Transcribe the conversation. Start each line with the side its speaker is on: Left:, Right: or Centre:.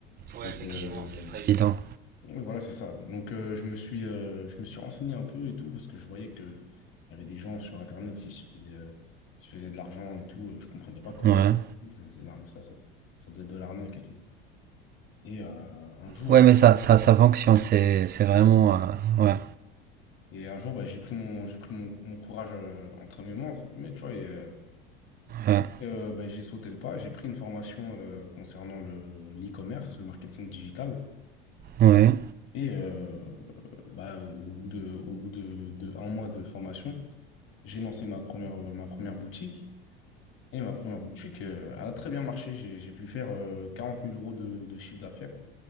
Right: Ouais,
Left: Donc,
Right: effectivement,
Left: euh,
Right: c'est pas évident.
Left: ouais, voilà, c'est ça. Donc, euh, je me suis, euh, je me suis renseigné un peu et tout, parce que je voyais que il y avait des gens sur Internet qui se faisaient, euh, qui se faisaient de l'argent et tout. Euh, Je comprenais pas comment.
Right: Ouais.
Left: Je me disais, non, mais ça, ça, ça doit être de l'arnaque et tout. Et euh, un jour,
Right: Ouais, mais
Left: euh,
Right: ça, ça, ça fonctionne, c'est, c'est vraiment.
Left: ça fonctionne.
Right: euh, ouais,
Left: Et un jour, bah, j'ai pris mon, j'ai pris mon, mon courage euh, entre mes mains, entre guillemets, tu vois, et euh,
Right: ouais,
Left: euh, bah, j'ai sauté le pas. J'ai pris une formation euh, concernant le, l'e-commerce, le marketing digital.
Right: ouais.
Left: Et euh, bah, au au bout de, au bout de, de un mois de formation, j'ai lancé ma première, euh, ma première boutique. Et ma première boutique, euh, elle a très bien marché. J'ai, j'ai pu faire euh, 40 000 euros de, de chiffre d'affaires